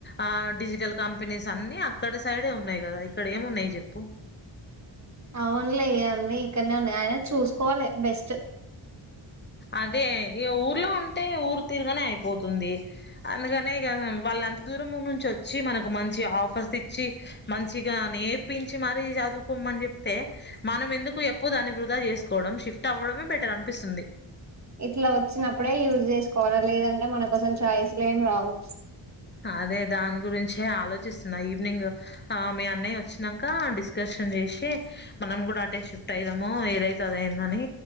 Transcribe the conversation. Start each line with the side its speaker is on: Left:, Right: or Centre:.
Left: ఆ డిజిటల్ కంపెనీస్ అన్ని అక్కడ సైడే ఉన్నాయి కదా ఇక్కడ ఏమి ఉన్నాయి చెప్పు
Right: అవునులే ఏ అన్నీ ఇక్కడనే ఉన్నాయి ఆయన చూసుకోవాలి బెస్ట్
Left: అదే ఇగ ఊర్లో ఉంటే ఊరు తిరగానే అయిపోతుంది అందుకనే ఇక వాళ్ళ ఎంత దూరం ము నుంచి వచ్చి మనకు మంచి ఆఫర్స్ ఇచ్చి మంచిగా నేర్పించి మరీ చదువు పోమ్మని చెప్తే మనం ఎందుకు ఎప్పుడు దాన్ని వృధా చేసుకోవడం షిఫ్ట్ అవ్వడమే బెటర్ అనిపిస్తుంది
Right: ఇట్లా వచ్చినప్పుడే యూజ్ చేసుకోవాల లేదంటే మనకోసం చాయిస్లు ఏం రావు
Left: అదే దాని గురించే ఆలోచిస్తున్నా ఈవినింగ్ ఆ మీ అన్నయ్య వచ్చినాక డిస్కషన్ చేసి మనం కూడా అటే షిఫ్ట్ అయిదాము ఏది అయితే అదియిందని